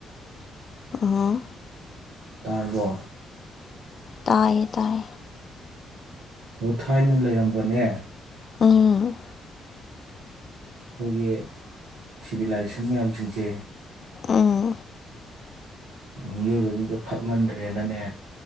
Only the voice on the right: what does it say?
ꯇꯥꯔꯕꯣ
ꯑꯣ ꯊꯥꯏꯅ ꯂꯩꯔꯝꯕꯅꯦ
ꯑꯩꯈꯣꯏꯒꯤ ꯁꯤꯚꯤꯂꯥꯏꯖꯦꯁꯟ ꯃꯌꯥꯝꯁꯤꯡꯁꯦ
ꯃꯤꯑꯣꯏꯕꯁꯤꯡꯁꯦ ꯐꯛꯃꯟꯗ꯭ꯔꯦꯅꯅꯦ